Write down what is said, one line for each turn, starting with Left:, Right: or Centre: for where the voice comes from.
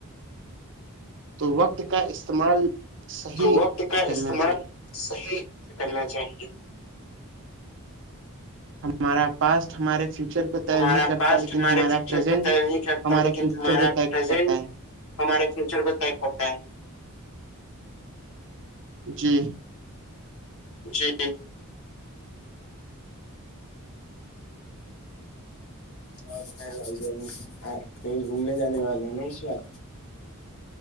Right: تو وقت کا استعمال صحیح
Left: تو وقت کا
Right: سے کرنا
Left: استعمال
Right: چاہیے
Left: صحیح کرنا چاہیے
Right: ہمارا پاسٹ ہمارے فیوچر کو طے
Left: ہمارا
Right: نہیں کرتا
Left: پاسٹ
Right: لیکن
Left: ہمارے
Right: ہمارا
Left: فیوچر
Right: پرزینٹ
Left: کو طے نہیں کرتا
Right: ہمارے
Left: لیکن
Right: فیوچر
Left: ہمارا
Right: کو طے کرتا
Left: پرزینٹ
Right: ہے
Left: ہمارے فیوچر کو چیک کرتا ہے
Right: جی
Left: جی ہاں تو کہیں ل ج نہیں آپ کہیں گھومنے جانے والے ہیں نا اس وار